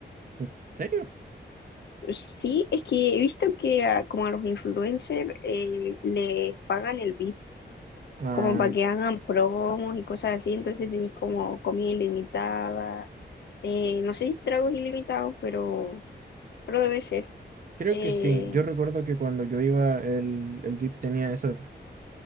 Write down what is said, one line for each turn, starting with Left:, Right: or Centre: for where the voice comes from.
Right: ¿En serio?
Left: Sí, es que he visto que a, como a los influencers eh, les pagan el VIP,
Right: Ah,
Left: como para que hagan promos y cosas así, entonces tenéis como comida ilimitada, eh, no sé si tragos ilimitados, pero, pero debe ser.
Right: creo
Left: eh,
Right: que sí. Yo recuerdo que cuando yo iba, el, el VIP tenía eso,